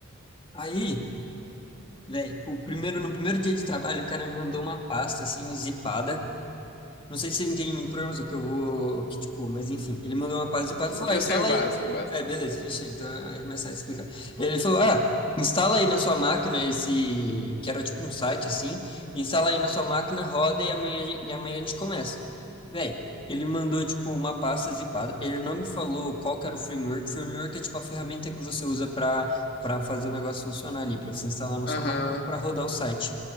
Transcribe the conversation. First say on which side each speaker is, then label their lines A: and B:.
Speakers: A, on the left; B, on the left.
A: Aí, velho, o primeiro, no primeiro dia de trabalho, o cara me mandou uma pasta, assim, zipada. Não sei se ele entende muito programação, que eu vou. o Que, tipo, mas enfim, ele mandou uma pasta de
B: Eu
A: pato e falou:
B: eu
A: ah, instala
B: sei o básico,
A: aí.
B: o básico.
A: É, beleza, fechei. Então aí é mais fácil explicar. Ele falou: ah, instala aí na sua máquina esse. Que era tipo um site assim. Instala aí na sua máquina, roda e amanhã, a gen- e amanhã a gente começa. Véi, ele mandou tipo uma pasta zipada. Ele não me falou qual que era o framework. Framework é tipo a ferramenta que você usa para para fazer o negócio funcionar ali, para você instalar na
B: Aham.
A: sua máquina para rodar o site.